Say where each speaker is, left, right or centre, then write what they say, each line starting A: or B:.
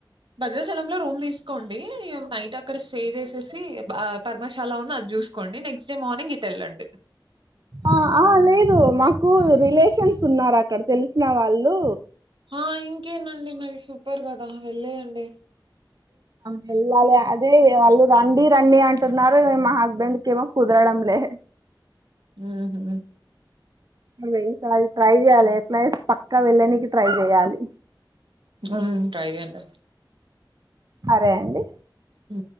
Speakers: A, on the right (about 80°); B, on the right (about 50°).
A: భద్రాచలం లో రూమ్ తీసుకోండి నైట్ ఇగా అక్కడ స్టే చేసేసి పర్మశాల ఉన్న అది చూసుకోండి నెక్స్ట్ డే మార్నింగ్ ఇటు వెళ్ళండి
B: ఆ ఆ లేదు మాకు రిలేషన్స్ ఉన్నారు అక్కడ తెలిసిన వాళ్ళు
A: ఆ ఇంకేనండి మరి సూపర్ కదా వెళ్ళేయండి
B: వెళ్ళాలి అదే వాళ్ళు రండి రండి అంటున్నారు మహాబ్ హస్బెండ్ కేమో కుదరడం లే
A: ఉహు
B: ఉన్నాయి ట్రై చేయ్యాలి ఎట్లా చేసి పక్కా వెళ్ళనికి ట్రై చేయాలి
A: ఉ ట్రై అంట
B: అరే అండి
A: ఉ